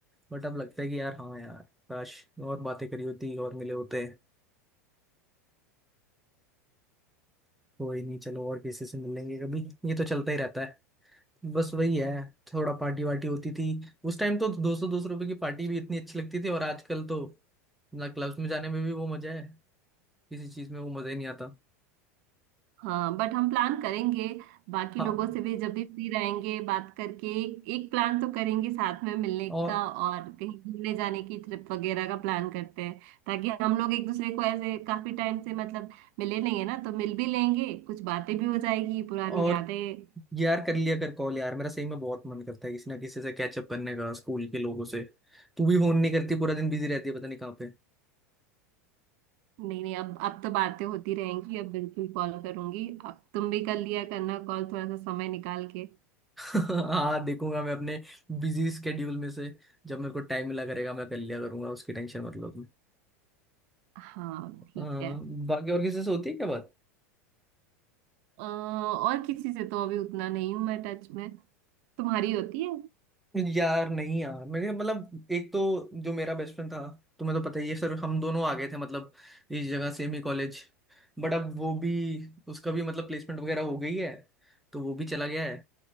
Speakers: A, in the centre; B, on the right.
A: बट अब लगता है कि यार हाँ यार काश और बातें करी होती और मिले होते कोई नहीं चलो और किसी से मिल लेंगे कभी ये तो चलता ही रहता है बस वही है थोड़ा पार्टी वार्टी होती थी उस टाइम तो दो सौ दो सौ रुपए की पार्टी भी इतनी अच्छी लगती थी और आजकल तो ना क्लब्स में जाने में भी वो मजा है किसी चीज में वो मजा ही नहीं आता
B: हाँ बट हम प्लान करेंगे बाकी
A: हाँ
B: लोगों से भी जब भी फ्री रहेंगे बात करके एक, एक प्लान तो करेंगे साथ में मिलने
A: और
B: का और कहीं घूमने जाने की ट्रिप वगैरह का प्लान करते हैं ताकि हम लोग एक दूसरे को ऐसे काफी टाइम से मतलब मिले नहीं है ना तो मिल भी लेंगे कुछ बातें भी हो जाएगी पुरानी
A: और
B: यादें
A: यार कर लिया कर कॉल यार मेरा सही में बहुत मन करता है किसी ना किसी से कैचअप करने का स्कूल के लोगों से तू भी फोन नहीं करती पूरा दिन बिजी रहती है पता नहीं कहाँ पे
B: नहीं नहीं अब अब तो बातें होती रहेंगी अब बिल्कुल कॉल करूंगी अब तुम भी कर लिया करना कॉल थोड़ा सा समय निकाल के
A: <laughs> हाँ देखूंगा मैं अपने बिजी स्केड्यूल में से जब मेरे को टाइम मिला करेगा मैं कर लिया करूंगा उसकी टेंशन मतलब
B: हाँ ठीक
A: हाँ
B: है
A: बाकी और किसी से होती है क्या बात
B: अ, और किसी से तो अभी उतना नहीं हूं मैं टच में तुम्हारी होती है
A: यार नहीं यार मेरे मतलब एक तो जो मेरा बेस्ट फ्रेंड था तुम्हें तो पता ही है सर हम दोनों आ गए थे मतलब इस जगह सेम ही कॉलेज बट अब वो भी उसका भी मतलब प्लेसमेंट वगैरह हो गई है तो वो भी चला गया है